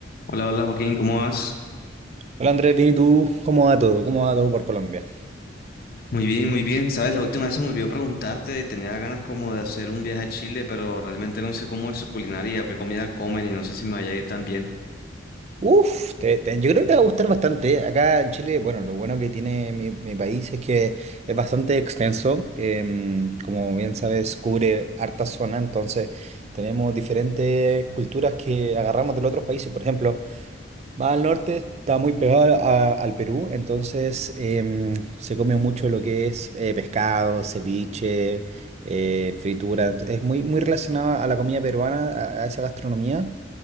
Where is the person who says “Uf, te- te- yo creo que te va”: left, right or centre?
Right